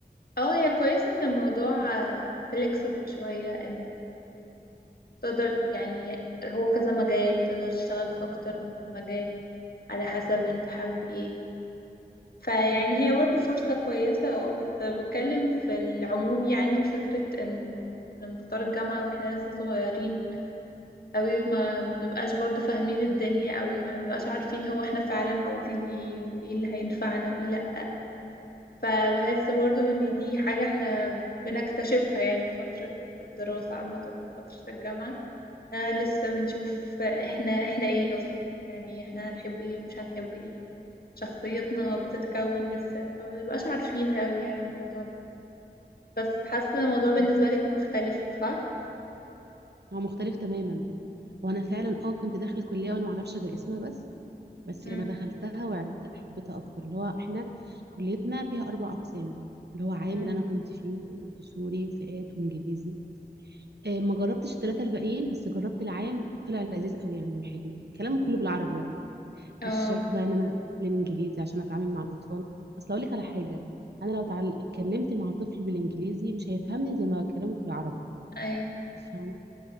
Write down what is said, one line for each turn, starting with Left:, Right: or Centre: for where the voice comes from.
Left: اه هي كويسة ان الموضوع فليكسبل شوية ان تقدر يعني هو كذا مجال تقدر تشتغل في اكتر من مجال على حسب انت حابب ايه فيعني
Right: مم.
Left: هي برضه فرصة كويسة اه بس بتكلم في العموم يعني فكرة انه كنا بنختار الجامعة واحنا لسه صغيرين اوي ما بنبقاش برضه فاهمين الدنيا اوي ما بنبقاش عارفين هو احنا فعلا عاوزين ايه وايه اللي هينفعنا وايه لأ فبحس برضو ان دي حاجة احنا بنكتشفها يعني في فترة الدراسة عامة او فترة الجامعة آه لسه بنشوف احنا احنا ايه اصلا يعني احنا هنحب ايه ومش هنحب ايه شخصيتنا بتتكون لسه فمنبقاش عارفين قوي يعني الموضوع ده بس حاسة الموضوع بالنسبة
Right: عندك حق.
Left: لك مختلف صح؟
Right: هو مختلف تماما وانا فعلا اه كنت داخل الكلية وانا معرفش غير اسمها بس بس
Left: مم.
Right: لما دخلتها وعرفتها حبيتها اكتر اللي هو احنا كليتنا فيها اربع اقسام اللي هو عام
Left: مم.
Right: اللي انا كنت فيه وسوري وفئات وانجليزي آه، ما جربتش الثلاثة الباقيين بس جربت العام طلع لذيذ قوي يعني وحلو كلامه كله بالعربي بقى
Left: اه
Right: مش شرط بقى ان انا اتكلم انجليزي عشان اتعامل مع الاطفال اصل اقول لك على حاجه انا لو تعل- اتكلمت مع طفل بالانجليزي مش هيفهمني زي ما بكلمه بالعربي
Left: ايوه
Right: فاهم